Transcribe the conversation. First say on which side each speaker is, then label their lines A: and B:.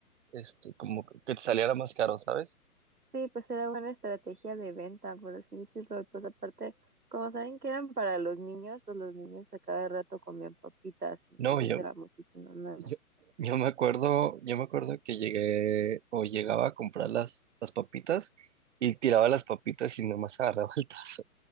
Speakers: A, on the right; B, on the right.
A: este, como que te saliera más caro, ¿sabes?
B: Sí, pues era buena estrategia de venta, por así decirlo. Y pues aparte, como saben que eran para los niños, pues los niños a cada rato comían papitas, entonces
A: No, yo,
B: era muchísimo más.
A: Yo, yo me acuerdo, yo me acuerdo que llegué o llegaba a comprar las, las papitas y tiraba las papitas y nomás <laughs> agarraba el tazo.